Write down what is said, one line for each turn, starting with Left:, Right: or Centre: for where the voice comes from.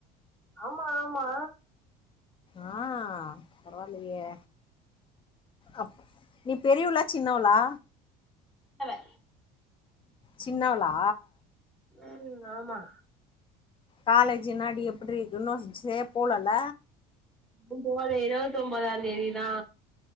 Centre: ஆமா ஆமா
Left: ஆ பரவால்லையே அப் நீ பெரியவ்ளா சின்னவ்ளா
Centre: யவ
Left: சின்னவளா
Centre: உம் ஆமா
Left: காலேஜ் என்னாடி எபுட்றி இன்னு சே போலல
Centre: இன்னு போல இருவத் ஒம்பதா தேதிதா